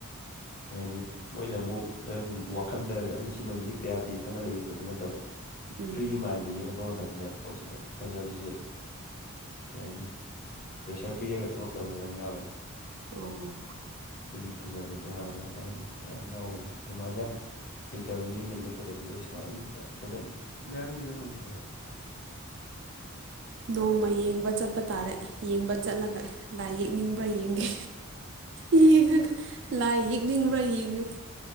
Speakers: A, on the left; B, on the right.
A: ꯀꯩ ꯍꯥꯏꯅꯤ ꯃꯣꯏꯅ ꯑꯃꯨꯛ ꯋꯥꯈꯟꯗ ꯑꯩ ꯁꯤꯃ ꯌꯦꯛꯇ ꯌꯥꯗꯦ ꯈꯜꯂꯒ ꯌꯦꯛꯄꯗꫭ ꯅꯠꯇꯕ
B: ꯎꯝ
A: ꯐ꯭ꯔꯤ ꯃꯥꯏꯟꯗ ꯌꯦꯛꯂꯛꯄ ꯃꯇꯝꯗ ꯄꯣꯠꯁꯤꯗ ꯐꯖꯕꯁꯦ ꯀꯩ ꯍꯥꯏꯅꯤ ꯄ꯭ꯔꯦꯁꯔ ꯄꯤꯔꯒ ꯊꯣꯛꯂꯛꯇꯕ ꯃꯌꯥꯝ ꯌꯥꯎꯋꯦꯕ
B: ꯑꯣ
A: ꯑꯗꯨꯒꯤ ꯐꯖꯕ ꯇꯣꯉꯥꯟ ꯀꯩ ꯍꯥꯏꯇꯥꯔꯦꯅꯦ ꯃꯌꯥꯝ ꯌꯥꯎꯕꯅꯦ ꯑꯗꯨꯃꯥꯏꯅ ꯍꯩꯇꯕ ꯃꯤ ꯑꯃꯅ ꯌꯦꯛꯄꯗꯁꯨ ꯑꯩ ꯁꯨꯃꯥꯏꯅ ꯐꯖꯕ ꯃꯌꯥꯝ ꯌꯥꯎꯋꯦ ꯍꯥꯏꯕ
B: ꯅꯣꯡꯃ ꯌꯦꯡꯕ ꯆꯠꯄ ꯇꯥꯔꯦ ꯌꯦꯡꯕ ꯆꯠꯂꯒ ꯂꯥꯏ ꯌꯦꯛꯅꯤꯡꯕ꯭ꯔꯥ ꯌꯦꯡꯒꯦ ꯌꯦꯡꯉꯒ ꯂꯥꯏ ꯌꯦꯛꯅꯤꯡꯕ꯭ꯔꯥ ꯌꯦꯡꯉ